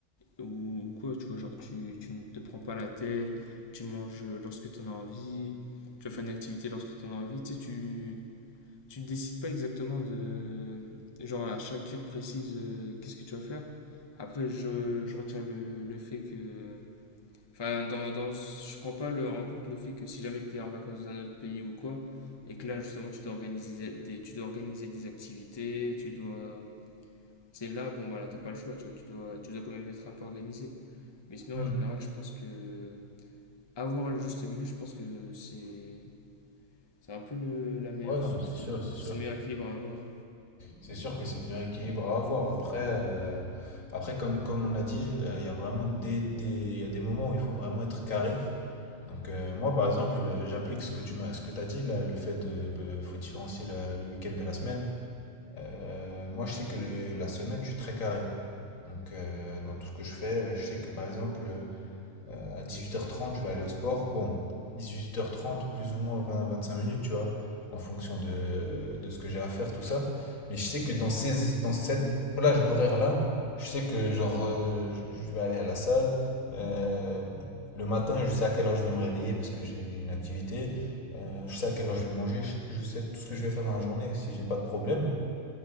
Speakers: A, on the left (about 20°); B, on the left (about 75°).
A: ou, ou quoi, tu vois, genre tu, tu ne te prends pas la tête, tu manges euh, lorsque tu en as envie, tu vas faire une activité lorsque tu en as envie. Tu sais, tu, tu ne décides pas exactement de, genre à chaque heure précise, euh, qu'est-ce que tu vas faire. Après, je, je retire le, le fait que Enfin, dans, dans, je prends pas le, en compte le fait que si jamais tu es en vacances dans un autre pays ou quoi, et que là, justement, tu dois organiser des, tu dois organiser des activités, tu dois. C'est là, bon, voilà, t'as pas le choix, tu vois, tu dois, tu dois quand même être un peu organisé. Mais sinon,
B: Hmm.
A: en général, je pense que. Avoir le juste milieu, je pense que c'est. C'est un peu le, la meilleure
B: Ouais, non,
A: source.
B: c'est sûr,
A: euh,
B: c'est sûr.
A: C'est le meilleur équilibre à avoir.
B: C'est sûr que c'est le meilleur équilibre à avoir. Après, euh, après comme, comme on a dit, euh, il y a vraiment des, des, il y a des moments où il faut vraiment être carré. Donc euh, moi, par exemple, euh, j'applique ce que tu m'as, ce que t'as dit là, le fait de, be- faut différencier la- le week-end de la semaine. Euh, moi, je sais que le- la semaine, je suis très carré. Donc euh, dans tout ce que je fais, je sais que par exemple, euh, à huit heures trente, je vais aller au sport. Bon, dix-huit heures trente plus ou moins vingt à vingt-cinq minutes, tu vois, en fonction de, de ce que j'ai à faire, tout ça. Mais je sais que dans, ces, dans cette plage d'horaire-là, je sais que genre, euh, je je vais aller à la salle. Euh, le matin, je sais à quelle heure je vais me réveiller parce que j'ai j'ai une activité. Euh, je sais à quelle heure je vais manger. Je, je sais tout ce que je vais faire dans la journée si j'ai pas de problème.